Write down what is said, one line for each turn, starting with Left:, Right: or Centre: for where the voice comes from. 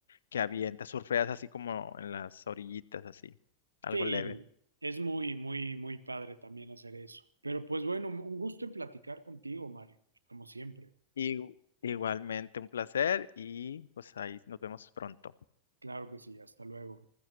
Left: que avienta, surfeas así como en las orillitas, así, algo
Right: Sí,
Left: leve.
Right: es muy, muy, muy padre también hacer eso. Pero pues bueno, un gusto en platicar contigo, Mario, como siempre.
Left: Y igualmente un placer y pues ahí nos vemos pronto.
Right: Claro que sí, hasta luego.